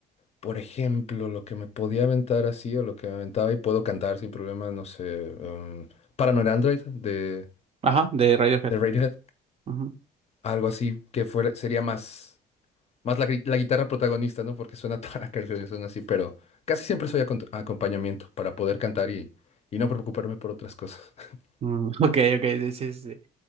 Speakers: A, on the left; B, on the right.
A: Por ejemplo, lo que me podía aventar así o lo que me aventaba y puedo cantar sin problema, no sé, em, Paranoid Android de,
B: Ajá, de Radiohead.
A: de Radiohead,
B: Ujú.
A: algo así que fuera, sería más, más la, gui- la guitarra protagonista, ¿no? Porque suena <laughs> toda la canción, y suena así, pero casi siempre soy acon- acompañamiento para poder cantar y, y no preocuparme por otras cosas. <laughs>
B: Mm, <laughs> ok, ok, sí, sí, sí. sí.